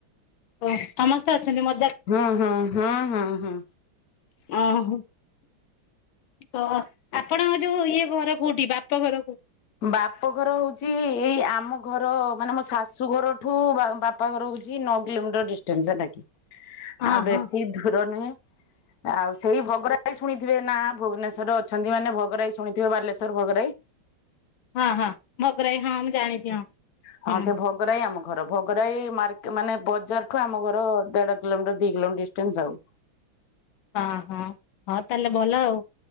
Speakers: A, on the left; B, on the left.
A: ଓ ସମସ୍ତେ ଅଛନ୍ତି ମ।
B: ହଁ ହଁ ହଁ ହଁ ହଁ।
A: ଓହୋ। ତ ଆପଣଙ୍କ ଯୋଉ ଇଏ ଘର କୋଉଠି ବା ପ ଘରକୁ
B: ବାପଘର ହଉଛି ଏଇ ଆମ ଘର ମାନେ ମୋ ଶାଶୁ ଘରଠୁ ବା ବାପାଘର ହଉଛି ନ କିଲୋମିଟର ଡିଷ୍ଟଟାନ୍ସ ଲାଗି କି
A: ହଁ
B: ଆଉ ବେଶୀ
A: ହଁ
B: ଦୂର ନୁହେଁ ଆଉ ସେଇ <unintelligible> ଶୁଣିଥିବେ ନା ଭୁବନେଶ୍ୱରେ ଅଛନ୍ତି ମାନେ ଭଗରାଇ ଶୁଣିଥିବେ ବାଲେଶ୍ଵର ଭଗରାଇ
A: ହଁ ହଁ ଭଗରାଇ ହଁ ମୁଁ ଜାଣିଛି ହଁ
B: ହଁ
A: ହୁଁ
B: ସେ ଭଗରାଇ ଆମ ଘର ଭଘରାଇ ମର୍କ ମାନେ ବ ବଜାରଠୁ ଆମ ଘର ଦେଢ- କିଲୋମିଟର ଦିଇ କିଲୋମିଟର ଡିଷ୍ଟେନ୍ସ ଯାଉ।
A: ହଁ ହଁ। ହଁ ତାହେଲେ ଭଲ ଆଉ।